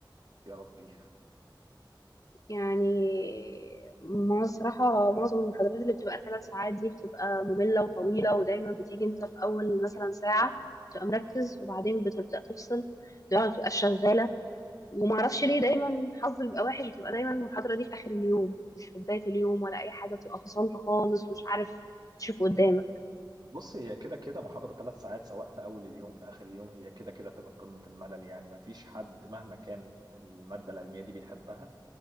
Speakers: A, on the right; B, on the left.
A: يا ربي
B: يعني ما الصراحة معظم المحاضرات اللي بتبقى ثلاث ساعات دي بتبقى مملة وطويلة ودايما بتيجي انت في أول مثلا ساعة بتبقى مركز وبعدين بتبدأ تفصل دماغك بتبقى شغالة وما اعرفش ليه دايما حظي بيبقى وحش بتبقى دايما المحاضره دي في اخر اليوم مش في بدايه اليوم ولا اي حاجه بتبقى فصلت خالص مش عارف تشوف قدامك
A: بص هي كده كده محاضرة ثلاث ساعات سواء في أول اليوم في آخر اليوم هي كده كده تبقى قمة الملل يعني ما فيش حد مهما كان المادة العلمية دي بيحبها